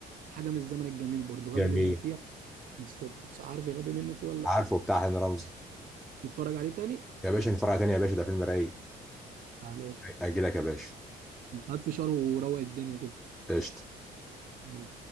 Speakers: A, on the right (about 55°); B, in the centre.
A: حاجه من الزمن الجميل برضه غبي
B: جميل
A: منه فيه من الصبح بس عارف غبي منه فيه ولا لا
B: عارفه بتاع هاني رمزي
A: تتفرج عليه تاني
B: يا باشا نتفرج عليه تاني يا باشا ده فيلم رايق
A: تعالى لي.
B: اجي لك يا باشا
A: هات فشار وروق الدنيا كده
B: قشطه
A: يلا.